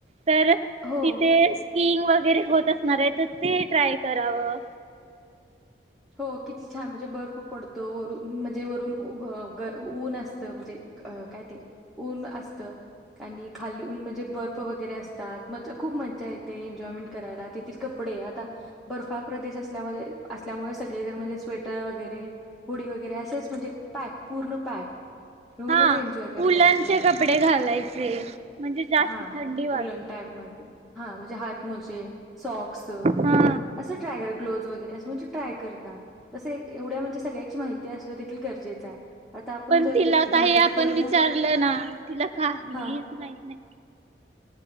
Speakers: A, on the right; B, in the centre.
A: तर
B: हो.
A: तिथे सिईंग वगैरे होत असणार आहे तर ते ट्राय करावं.
B: हो किती छान म्हणजे बर्फ पडतं वर म्हणजे वरून ऊन असतं म्हणजे काय ते ऊन असत आणि खालून म्हणजे बर्फ वगैरे असतात म खूप मजा येते एन्जॉयमेंट करायला तेथील कपडे आता बर्फाळ प्रदेश असल्यामध्ये असमुळे सगळेजण म्हणजे स्वेटर वगैरे हुडी वगैरे असेच म्हणजे पॅक पूर्ण पॅक घेऊनच
A: हा
B: एन्जॉय करता
A: उलनचे
B: येतो.
A: कपडे घालायचे म्हणजे जास्त
B: हा
A: थंडी वाजून
B: उलन टाईपमध्ये हा म्हणझे हात मोजे सॉक्स
A: हा
B: असं ट्राय कर ग्लोथ वगैरे असं म्हणजे ट्राय करतात- तस एवढ्या म्हणजे ची माहिती असणं दे गरजेचं आहे आता आपण
A: पण
B: जरी
A: तिला काही
B: गणपतीपुळे
A: आपण विचारलं
B: ला
A: ना तिला काहीच
B: हा
A: माहित नाही.